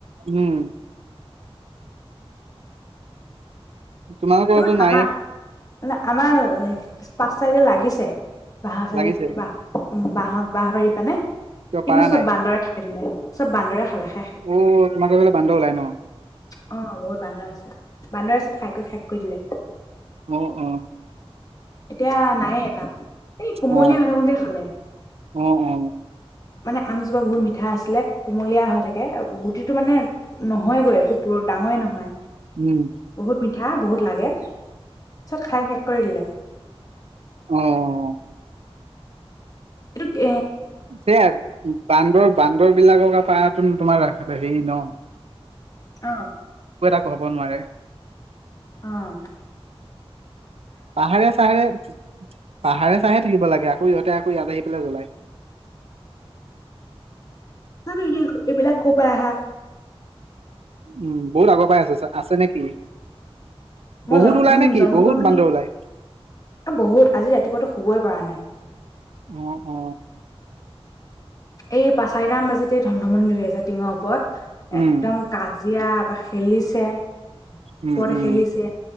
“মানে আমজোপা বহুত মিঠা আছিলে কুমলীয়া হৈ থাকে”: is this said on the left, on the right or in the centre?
Left